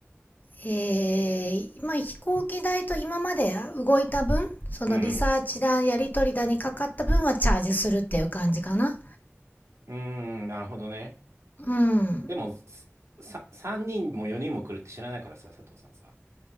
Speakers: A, on the left (about 40°); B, on the right (about 80°).
A: えーまあ、飛行機代と今まで動いた分、そのリサーチだ、
B: うん。
A: やり取りだにかかった分はチャージするっていう感じかな。
B: うんなるほどね。
A: うん。うん
B: でも、さ、3人も4人も来るって知らないからさ、佐藤さんさ。